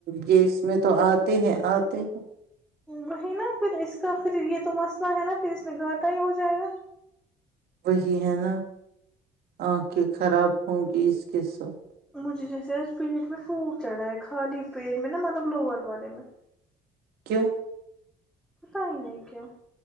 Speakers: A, on the right; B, in the centre.
A: یہ اس میں تو آتے ہیں آتے ہیں
B: وہی نا پھر اس کا پھر یہ تو مسئلہ ہے نا پھر اس میں گاٹا ہی ہو جائے گا
A: وہی ہے نا آنکھیں خراب ہوں گی اس کے ساتھ
B: مجھے جیسے پیٹ میں پھونک چڑھا ہے خالی پیٹ میں نا مطلب لوور والے میں
A: کیوں <inaudible>
B: پتا ہی نہیں کیاوں